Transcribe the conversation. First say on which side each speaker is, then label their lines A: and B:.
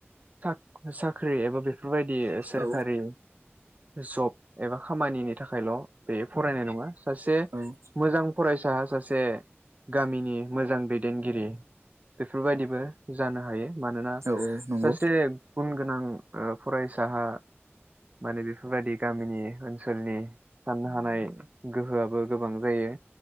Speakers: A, on the right; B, on the right.
A: साख साख्रि एबा बेफोरबायदि सोरखारि
B: औ
A: जब एबा खामानिनि थाखायल' बे फरायनाय नंङा सासे
B: औ
A: मोजां फरायसा सासे गामिनि मोजां दैदेनगिरि बेफोरबायदिबो जानो हायो। मानोना
B: औ नंगौ
A: सासे गुन गोनां ओ फरायसाहा माने बेफोरबायदि गामिनि ओनसोलनि साननो हानाय गोहोआबो गोबां जायो।